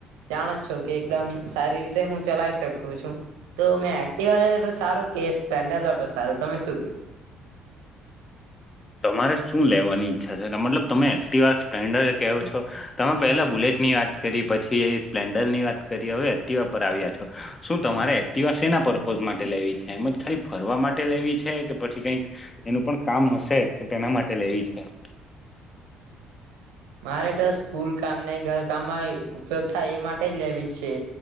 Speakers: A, on the right (about 70°); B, on the left (about 30°).
A: જાણ જ છો, કે એકદમ સારી રીતે હું ચલાવી શકું છું. તો મેં એક્ટવા લય લઉં સારું કે સ્પેન્ડર લય લઉં સારું તમે શુ કેહો
B: તમારે શું લેવાની ઈચ્છા છે મતલબ તમે એક્ટવા સ્પ્લેન્ડર કહો છો. તમે પહેલા બુલેટ ની વાત કરી પછી એ સ્પ્લેન્ડર ની વાત કરી હવે, એક્ટિવા પર આવ્યા છો. શું તમારે એક્ટિવા સેના પર્પોઝ માટે લેવી છે. એમજ ખાલી ફરવા માટે લેવી છે કે પછી કઈક એનું પણ કામ હશે તો તેના માટે લેવી છે.
A: મારે તો. સ્કુલ કામ ને ઘર કામમાં ઉપયોગ થાય એ માટે જ લેવી છે.